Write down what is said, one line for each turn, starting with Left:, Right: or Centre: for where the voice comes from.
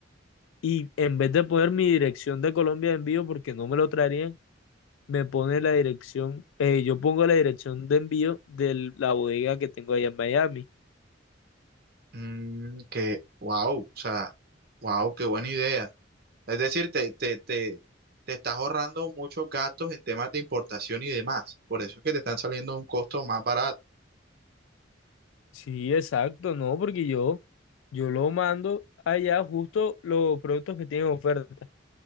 Left: y en vez de poner mi dirección de Colombia de envío, porque no me lo traerían, me pone la dirección, eh, yo pongo la dirección de envío de la bodega que tengo allá en Miami.
Right: Mm, que, wow, o sea, wow, qué buena idea. Es decir, te, te, te, te estás ahorrando muchos gastos en temas de importación y demás. Por eso es que te están saliendo a un costo más barato.
Left: Sí, exacto, no, porque yo, yo lo mando allá justo los productos que tienen oferta.